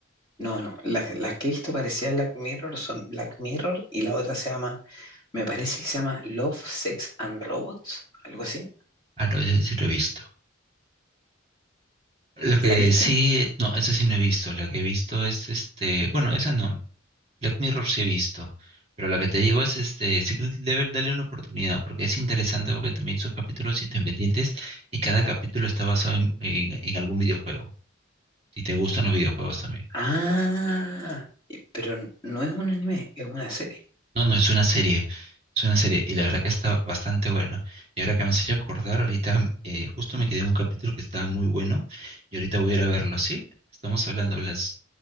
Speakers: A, on the left; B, on the right.
A: No, no, las, las que he visto parecidas a Black Mirror son Black Mirror y la otra se llama, me parece que se llama Love, Sex and Robots, algo así.
B: Ah, no, ese sí lo he visto. Lo que
A: ¿La viste?
B: sí, no, eso sí no he visto. Lo que he visto es este, bueno, esa no. Black Mirror sí he visto. Pero lo que te digo es este, Secret Level, dale una oportunidad, porque es interesante porque también son capítulos independientes y cada capítulo está basado en, en, en algún videojuego. Si te gustan los videojuegos también.
A: Ah, y- pero n- no es un anime, es una serie.
B: No, no, es una serie. Es una serie. Y la verdad que está bastante bueno. Y ahora que me has hecho acordar, ahorita eh, justo me quedé en un capítulo que estaba muy bueno. Y ahorita voy a ir a verlo, ¿sí? Estamos hablando, Blas.